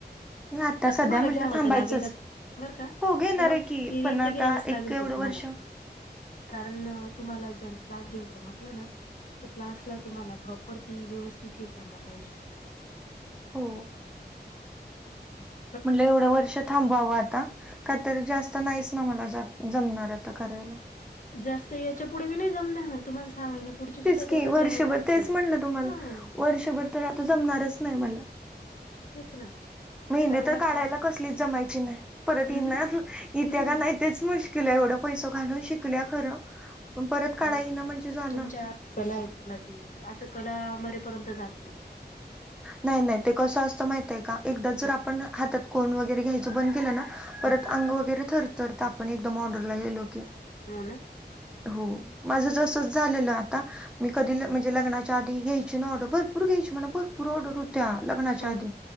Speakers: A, in the centre; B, on the left (about 45°).
A: ना आता
B: आन
A: सध्या
B: तुम्हाला
A: म्हटलं
B: घ्यावं
A: थांबायचंच
B: तर लागेलच बर का
A: हो घेणार
B: तुम्हाला
A: आहे की
B: ती
A: पण
B: रिंग
A: आता
B: ते घ्यावीच लागेल
A: एक एवढं
B: तुम्हाला
A: वर्ष
B: कारण तुम्हाला जर क्लास घ्यायचं म्हटलं ना तर क्लासला तुम्हाला प्रॉपर ती व्यवस्थित हे करण पाहिजे
A: हो
B: असस
A: म्हण एवढं वर्ष थांबवावं आता का तर जास्त नाहीच ना मला जमणार आता करायला
B: जास्त याच्या पुढे बि नाही जमणार तुम्हाला सहा महिने पुढचे सुद्धा
A: तिचकी
B: त्यालाच
A: वर्षभर
B: द्यावे लागतील.
A: तेच म्हटलं तुम्हाला
B: हा
A: वर्षभर तर आता जमणारच नाही मला
B: तेच ना.
A: मेहंदे
B: कारण
A: तर
B: आता
A: काढायला कसलीच जमायची नाही परत
B: हम्म
A: येणार इेत्या
B: हम्म
A: का नाही. तेच मुश्किल आहे एवढं पैस घालून शिकल्या खरं. पण परत काढा
B: अ
A: येईना म्हणजे झालं
B: तुमच्या कला आहे ना ती असं कला मरेपर्यंत जात नाही.
A: नाही नाही ते कसं असतं माहित आहे का एकदा
B: हम्म
A: जर आपण हातात कोण वगैरे घ्यायचं बंद केलं ना. परत
B: हम्म
A: अंग वगैरे थरथरत आपण एकदम ऑर्डरला गेलो की
B: हो ना.
A: हो माझं जसंच झालेलं आता मी कधी म्हणजे लग्नाच्या आधी घ्यायची ना ऑर्डर भरपूर घ्यायची मला भरपूर ऑर्डर हो. त्या लग्नाच्या
B: हो
A: आधी
B: ना